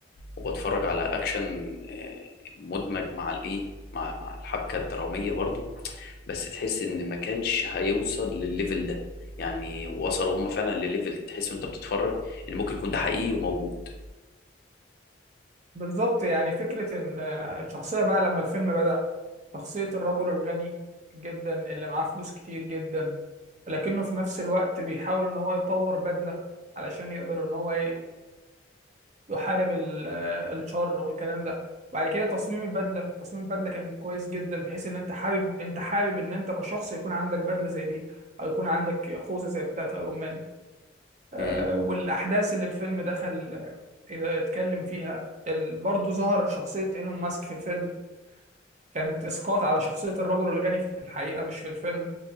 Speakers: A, on the left (about 50°); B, on the right (about 35°).
A: وبتفرج على اكشن آه، مدمج مع الايه مع مع الحبكه الدراميه برضو بس تحس ان ما كانش هيوصل للليفل ده يعني وصلوا هم فعلا لليفل تحس وانت بتتفرج ان ممكن يكون ده حقيقي وموجود
B: بالظبط يعني فكرة إن آه، الشخصية بقى لما الفيلم بدأ شخصية الرجل الغني جدا اللي معاه فلوس كتير جدا لكنه في نفس الوقت بيحاول إن هو يطور بدلة علشان يقدر إن هو يحارب ال- الشر والكلام ده بعد كده تصميم البدله تصميم البدله كان كويس جدا بحيث ان انت حابب انت حابب ان انت كشخص يكون عندك بدله زي دي او يكون عندك خوذه زي بتاعه ايرون مان آه
A: امم
B: والاحداث اللي الفيلم دخل اذا اتكلم فيها ال... برضه ظهر شخصيه ايلون ماسك في الفيلم كانت اسقاط على شخصيه الرجل الغني في الحقيقه مش في الفيلم